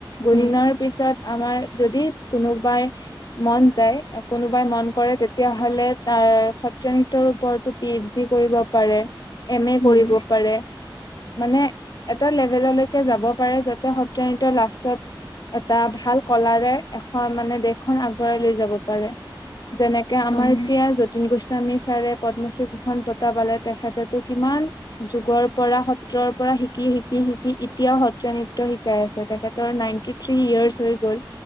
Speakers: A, on the left (about 50°); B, on the left (about 65°).
A: গুৰিনৰ
B: উম,
A: পিছত আমাৰ যদি কোনোবাই মন যায় কোনোবাই মন কৰে তেতিয়াহলে আহ সত্ৰীয়া নৃত্য ওপৰতো পি এইচ ডি কৰিব পাৰে এম এ
B: উম,
A: কৰিব পাৰে মানে এটা লেভেললৈকে যাব পাৰে যাতে সত্ৰীয়া নৃত্যত লাষ্টত এটা ভাল কলাৰে এখন মানে দেশখন আগবঢ়াই লৈ যাব পাৰে। যেনেকে আমাৰ
B: অ'।
A: এতিয়া যতীন গোস্বামী ছাৰে পদ্মশ্ৰী দুখন বটা পালে তেখেততে কিমান যুগৰ পৰা সত্ৰৰ পৰা শিকি শিকি শিকি এতিয়াও সত্ৰ সত্ৰীয়া নৃত্য শিকাই আছে তেখেতৰ নাইনটিথ্ৰী ইয়াৰ্চ হৈ গ'ল